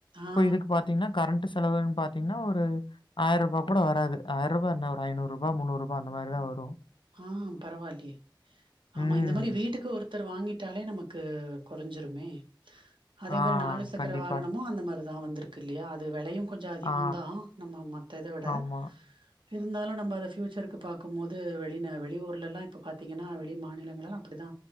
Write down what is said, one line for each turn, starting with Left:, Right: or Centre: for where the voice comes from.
Left: இப்ப
Right: ஆ,
Left: இதுக்கு பாத்தீங்கன்னா கரண்ட் செலவுனு பாத்தீங்னா ஒரு ஆயரூபா கூட வராது ஆயரூபா என்ன ஒரு ஐநூரூபா முன்னூரூபா அந்த மாரிதா வரு
Right: ஆ பரவால்லயே ஆமா
Left: ம்.
Right: இந்த மாரி வீ வீட்டுக்கு ஒருத்தர் வாங்கிட்டாலே நமக்கு கொறஞ்சிருமே அதே
Left: ஆ
Right: மாரி நாலு சக்கர
Left: கண்டிப்பா.
Right: வாகனமும் அந்த மாரிதா வந்திருக்கு இல்லையா அது வெலயு கொஞ்சொ அதிகோந்தா
Left: ஆ
Right: நம்ம மத்த இத விட
Left: ஆமா.
Right: இருந்தாலு நம்ம அத ஃப்யூச்சருக்கு பாக்கும்போது வெ பின்ன வெளியூர்ல எல்லா இப்ப பாத்தீங்கன்னா வெளி மாநிலங்கள் எல்லா அப்டிதா